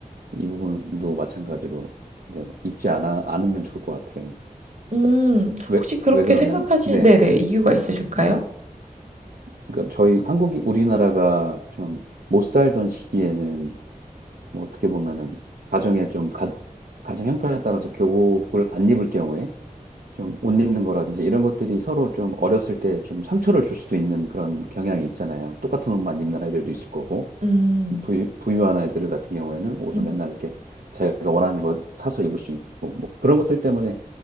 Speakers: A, on the right (about 85°); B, on the right (about 55°).
A: 이 부분도 마찬가지로 네, 입지 않아 않으면 좋을 것 같아요.
B: 음,
A: 그러니까 왜,
B: 혹시 그렇게
A: 왜 그러냐면
B: 생각하시는,
A: 네.
B: 네네, 이유가 있으실까요?
A: 그러니까 저희 한국이 우리나라가 좀 못 살던 시기에는 뭐 어떻게 보면은 가정에 좀 가, 가정 형편에 따라서 교복을 안 입을 경우에 좀 옷 입는 거라든지 이런 것들이 서로 좀 어렸을 때 좀 상처를 줄 수도 있는 그런 경향이 있잖아요. 똑같은 옷만 입는 아이들도 있을 거고
B: 음,
A: 좀 부유, 부유한 아이들 같은 경우에는 옷을
B: 음.
A: 맨날 이렇게 자기가 원하는 것 사서 입을 수 있고 뭐 그런 것들 때문에